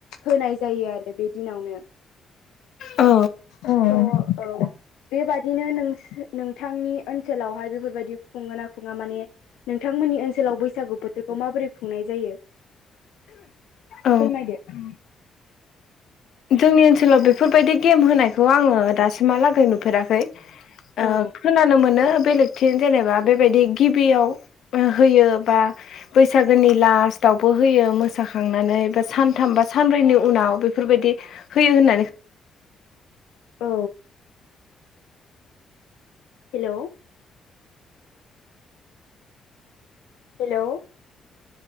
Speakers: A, on the left; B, on the left.
A: होनाय जायो आरो बे दिनावनो
B: औ
A: औ औ बेबादिनो नों नोंथांनि ओनसोलावहाय बेफोरबायदि खुङोना खुङा माने नोंथांमोननि ओनसोलाव बैसागु बोथोरखौ माबोरै खुंनाय जायो?
B: औ
A: फोरमायदो
B: जोंनि ओनसोलाव बेफोरबायदि गेम होनायखौ आङो दासिमहालागै नुफेराखै ओं
A: औ
B: खोनानो मोनो बेलेग थिं जेनेबा बेबायदि गिबियाव होयो बा बैसागोनि लास्टआवबो होयो मोसाखांनानै बा सानथाम बा सानब्रैनि उनाव बेफोरबादि फैयो होननानै
A: औ। हेल' हेलौ।